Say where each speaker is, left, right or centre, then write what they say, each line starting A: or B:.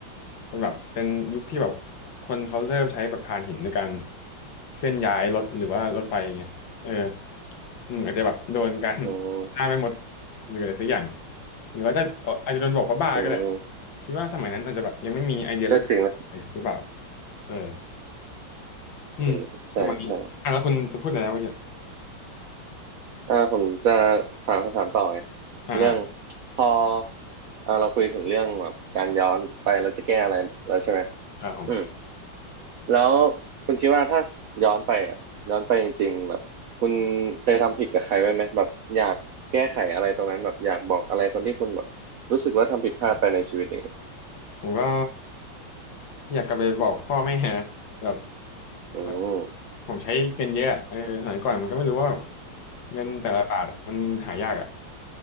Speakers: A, on the left; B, on the right.
A: เป็นแบบเป็นยุคที่แบบคนเขาเริ่มใช้แบบถ่านหินในการเคลื่อนย้ายรถหรือว่ารถไฟอย่างเงี้ยเอออืมอาจจะแบบโดนการ
B: อืม
A: <laughs> ฆ่าไม่หมดหรืออะไรสักอย่างหรือว่าจะเอาอาจจะโดนบอกว่าบ้าก็ได้
B: อืม
A: คิดว่าสมัยนั้นอาจจะแบบยังไม่มีไอเดียเรื่องเลยหรือเปล่า
B: ก็จริงนะ
A: เอออืมประมาณนี้อ่ะแล้วคุณจะพูดอะไรนะเมื่อกี้
B: อืมใช่ใช่อ่าผมจะถามคำถามต่อไง
A: อ่าอ่า
B: เรื่องพออ่าเราคุยถึงเรื่องแบบการย้อนไปเราจะแก้อะไรแล้วใช่ไหม
A: ครับผม
B: อืมแล้วคุณคิดว่าถ้าย้อนไปอ่ะย้อนไปจริงๆแบบคุณเคยทำผิดกับใครไว้ไหมแบบอยากแก้ไขอะไรตรงนั้นแบบอยากบอกอะไรคนที่คุณแบบรู้สึกว่าทำผิดพลาดไปในชีวิต
A: ครับผมก็อยากกลับไปบอกพ่อแม่นะแบบ
B: อืม
A: แบบผมใช้เงินเยอะอะเออสมัยก่อนมันก็ไม่รู้ว่าเงินแต่ละบาทอะมันหายากอ่ะ